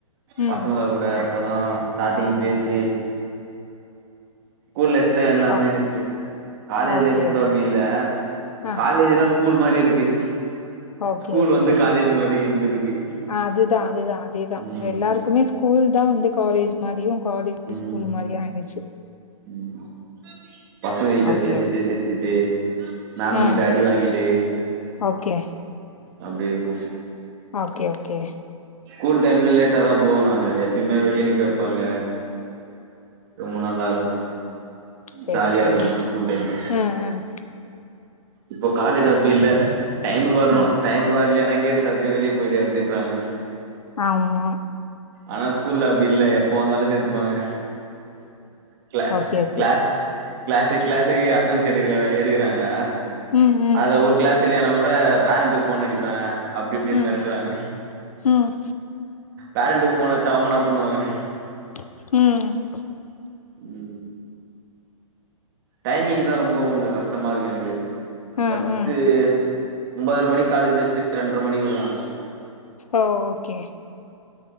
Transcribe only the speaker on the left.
ம்.
ஓ
ஓகே.
ஆ.
ஓகே
ஓகே
அதுதா அதுதா அதேதா
எல்லாருக்குமே ஸ்கூல் தா வந்து காலேஜ் மாரியு காலேஜ்
ஸ்கூல் மாதிரியு ஆயிடுச்சு
ஓகே.
ஆ.
ஓகே,
ஓகே ஓகே
சரி,
சரி.
ம், ம்,
ம்.
ஆமா
ஓகே ஓகே
ம், ம்,
ம்,
ம், ம்,
ம்
ம்,
ம்.
ஓ ஓகே